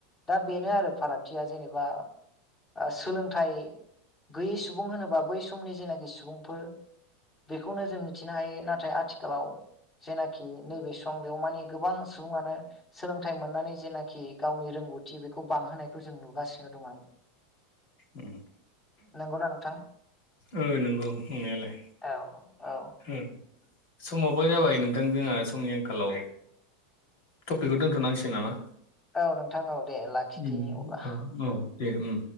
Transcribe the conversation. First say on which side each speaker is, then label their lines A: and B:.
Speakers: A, on the left; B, on the left.
A: दा बेनो आरो फारागथिया जेनेबा ओ सोलोंथाइ गैयै सुबुं होनोबा बै समनि जेनाखि सुबुंफोर बेखौनो जों मिथिनो हायो नाथाय आथिखालाव जेनाखि नैबे सम बेयाव माने गोबां सुबुङानो सोलोंथाइ मोननानै जेनाखि गावनि रोंगौथि बेखौ बांहोनायखौ जों नुगासिनो दं आरो।
B: उम।
A: नंगौना नोंथां?
B: ओ नंगौ नंनायालाय
A: औ औ
B: उम। समाबो जाबाय नोंथां जोंहा समनि आंखालाव टपिकखौ दोनथनांसिगोन नामा।
A: औ नोंथां औ दे लाखिदिनि
B: उम
A: अब्ला।
B: औ औ दे उम।